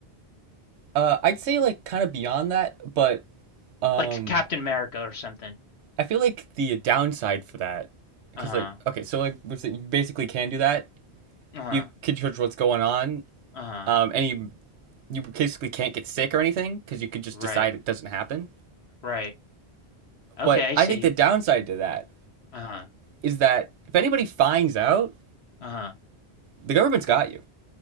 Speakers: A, on the right; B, on the left.
A: Uh, I'd say like kind of beyond that, but um,
B: Like Captain America or something.
A: I feel like the downside for that, because
B: Uh-huh.
A: like okay, so like you basically can do that.
B: Uh-huh.
A: You can judge what's going on,
B: Uh-huh.
A: um, and you you basically can't get sick or anything because you could just
B: Right.
A: decide it doesn't happen.
B: Right. Okay,
A: But
B: I
A: I
B: see.
A: think the downside to that
B: Uh-huh.
A: is that if anybody finds out,
B: Uh-huh.
A: the government's got you.